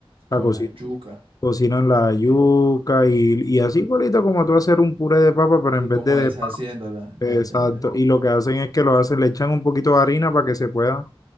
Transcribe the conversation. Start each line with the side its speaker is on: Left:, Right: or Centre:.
Right: con
Left: La coci-
Right: la yuca.
Left: cocinan la
Right: Ok.
Left: yuca y, y así igualito como tú hacer un puré de papa, pero
Right: Sí,
Left: en vez
Right: como
Left: de, de
Right: deshaciéndola.
Left: pa- exacto.
Right: Ya, ya, ya, ya.
Left: Y lo que hacen es que lo hacen, le echan un poquito de harina para que se pueda,